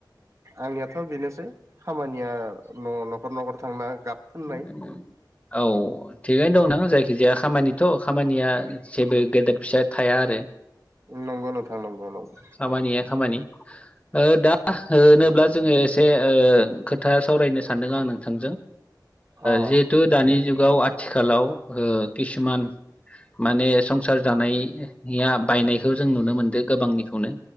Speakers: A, on the right; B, on the left.
A: आंनियाथ' बेनोसै खामानिया न' न'खर न'खर थांना गाब फोननाय
B: <unintelligible> औ थिगैनो दंना जायखिजाया खामानिथ' खामानिया जेबो गेदेर फिसा थाया आरो।
A: नंगौ नोंथां नंगौ नंगौ
B: खामानिया खामानि ओ दा होनोब्ला जोङो एसे खोथा सावरायनो सानदों आं नोंथांजों
A: अ
B: जिहेथु दानि जुगाव आथिखालाव किसुमान माने संसार जानाय या बायनायखौ जों नुनो मोनदों गोबांनिखौनो।